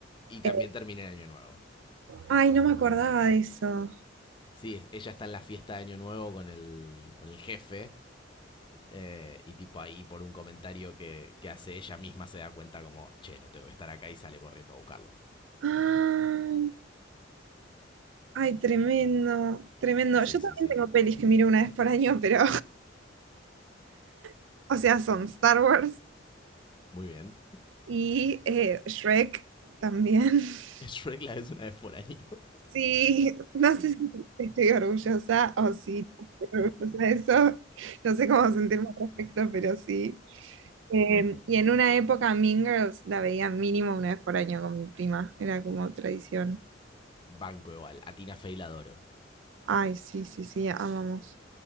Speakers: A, on the left; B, on the right.
A: Y también
B: Eh,
A: termina el año nuevo.
B: ay, no me acordaba de eso.
A: Sí, ella está en la fiesta de año nuevo con el, con el jefe. eh, y tipo ahí por un comentario que, que hace ella misma se da cuenta como, che, no tengo que estar acá y sale corriendo a buscarlo.
B: Ah, ay, tremendo, tremendo.
A: Sí,
B: Yo también
A: sí, sí.
B: tengo pelis que miro una vez por año, pero <laughs> O sea, son Star Wars
A: Muy bien.
B: y eh, Shrek también. <laughs>
A: <laughs> Shrek la ves una vez por año. <laughs>
B: Sí, no sé si estoy orgullosa o si no estoy orgullosa de eso. No sé cómo sentirme al respecto, pero sí. Eh, y en una época Mean Girls la veía mínimo una vez por año con mi prima. Era como tradición.
A: Banco igual. A Tina Fey la adoro.
B: Ay, sí, sí, sí, amamos.